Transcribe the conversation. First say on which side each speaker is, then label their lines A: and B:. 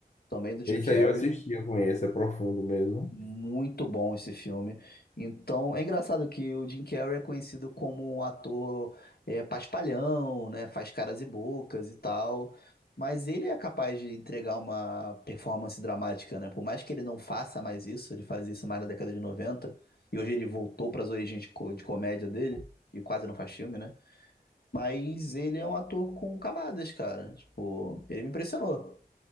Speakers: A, on the left; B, on the left.
A: também do Jim
B: Esse
A: Carrey.
B: aí eu assisti, eu conheço, é profundo mesmo.
A: Muito bom esse filme. Então, é engraçado que o Jim Carrey é conhecido como um ator é, paspalhão, né? Faz caras e bocas e tal. Mas ele é capaz de entregar uma performance dramática, né? Por mais que ele não faça mais isso, ele fazia isso mais na década de noventa e hoje ele voltou para as origens de co- de comédia dele, e quase não faz filme, né? Mas ele é um ator com camadas, cara. Tipo, ele me impressionou